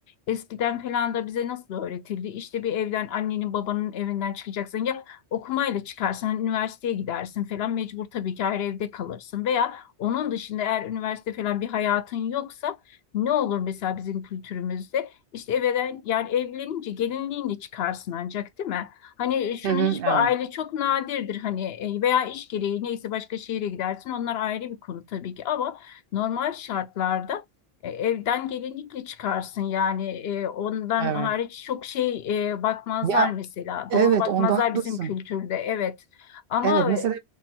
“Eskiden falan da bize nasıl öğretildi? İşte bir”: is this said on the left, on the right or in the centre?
Left